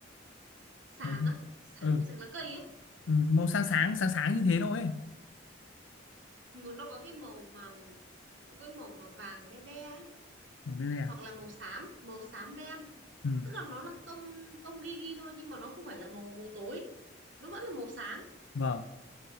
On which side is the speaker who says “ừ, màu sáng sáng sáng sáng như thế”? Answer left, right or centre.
Left